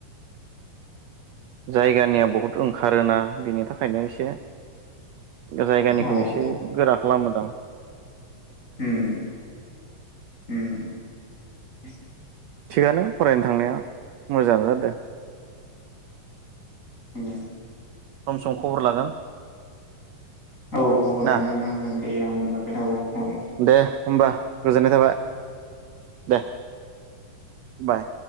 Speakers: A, on the right; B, on the left.
A: जायगानिया बहुत ओंखारोना बिनि थाखायनो एसे जायगानिखौ
B: औ
A: एसे
B: औ
A: गोरा खालामो दां।
B: उम उम <inaudible>
A: थिगानो फरायनो थांनाया मोजांङानो जादो।
B: उम
A: सम सम खबर लागोन।
B: औ खबर लानो
A: ना
B: हागोन। दे आंबो लागोन औ औ
A: दे होमबा गोजोननाय थाबाय। <inaudible> दे बाय